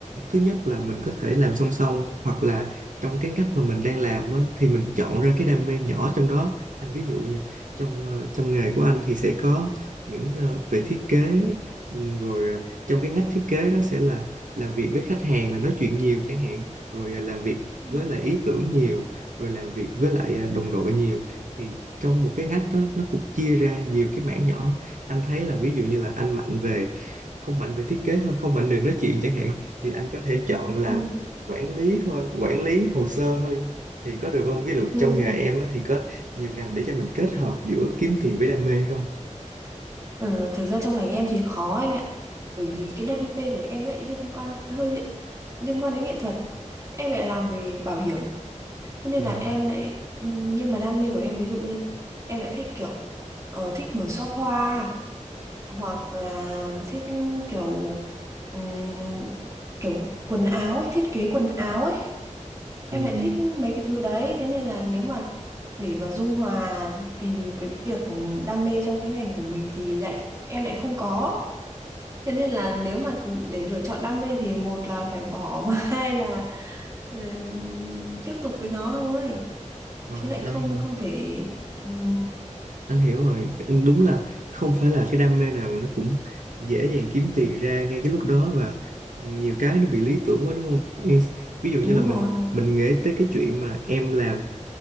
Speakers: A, on the right; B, on the right.
A: thứ nhất là mình có thể làm song song hoặc là trong cái cách mà mình đang làm á, thì mình chọn ra cái đam mê nhỏ trong đó anh ví dụ như trong ờ, trong nghề của anh thì sẽ có những ờ, về thiết kế ừm, rồi ờ, trong cái ngách thiết kế đó sẽ là làm việc với khách hàng là nói chuyện nhiều chẳng hạn rồi ờ, làm việc
B: Ừ.
A: với lại ý tưởng nhiều rồi làm việc với lại ờ, đồng đội nhiều thì trong một cái ngách đó, nó cũng chia ra nhiều cái mảng nhỏ anh thấy là ví dụ như là anh mạnh về không mạnh về thiết kế thôi không mạnh về nói chuyện chẳng hạn thì anh có thể chọn là
B: Ừ.
A: quản lý thôi quản lý hồ sơ thôi thì có được không ví dụ
B: Ừ.
A: trong nghề em á, thì có nhiều ngành để cho mình kết hợp giữa kiếm tiền với đam mê không
B: Ờ, thực ra trong ngành em thì khó anh ạ bởi vì cái đam mê của em ấy liên quan hơi liên quan đến nghệ thuật em lại làm về bảo hiểm thế nên
A: ừ
B: là em lại nhưng mà đam mê của em ví dụ như em lại thích kiểu ờ, thích mở shop hoa hoặc là thích kiểu ừm, kiểu quần áo ấy thiết kế quần áo ấy em
A: ừ
B: lại thích mấy cái thứ đấy thế nên là nếu mà để mà dung hòa tìm cái việc đam mê trong cái ngành của mình thì lại em lại không có thế nên là nếu mà để lựa chọn đam mê thì một là phải bỏ <laughs> mà hai là ừm, tiếp tục với nó thôi
A: ờ,
B: chứ lại
A: anh
B: không không thể ừm,
A: anh hiểu rồi anh đúng là không phải là cái đam mê nào nó cũng dễ dàng kiếm tiền ra ngay cái lúc đó và nhiều cái nó bị lý tưởng quá đúng không Ừ, ví dụ như
B: đúng
A: là mình
B: rồi
A: mình nghĩ tới cái chuyện mà em làm